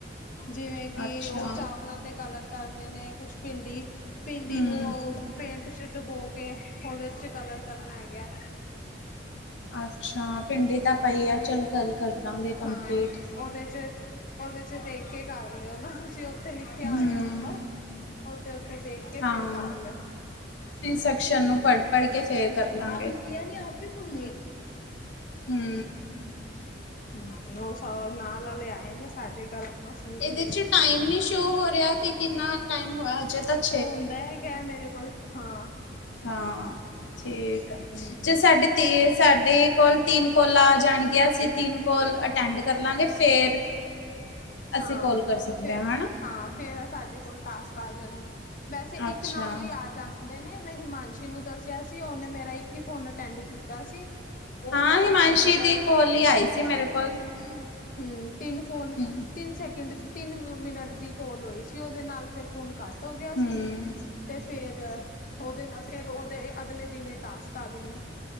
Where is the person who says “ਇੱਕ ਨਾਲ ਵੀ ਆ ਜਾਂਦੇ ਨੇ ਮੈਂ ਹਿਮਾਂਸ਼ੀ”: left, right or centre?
Left